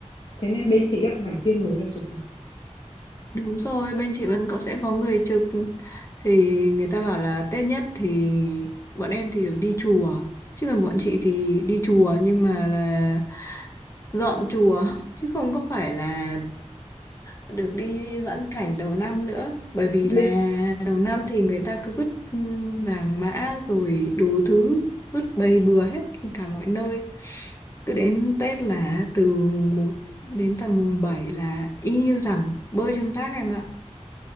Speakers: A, on the left (about 65°); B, on the left (about 25°).
A: Thế nên bên chị chắc cũng phải chia người ra chụp nhỉ.
B: Đúng rồi, bên chị vẫn có sẽ có người trực thì người ta bảo là Tết nhất thì bọn em thì được đi chùa. Chứ còn bọn chị thì đi chùa nhưng mà là dọn chùa <laughs> chứ không có phải là được đi vãn cảnh đầu năm nữa. Bởi vì
A: Định
B: là đầu năm thì người ta cứ vứt ừm, vàng mã rồi đủ thứ vứt bầy bừa hết cả mọi nơi. Cứ đến Tết là từ mùng một đến tầm mùng 7 là y như rằng bơi trong rác em ạ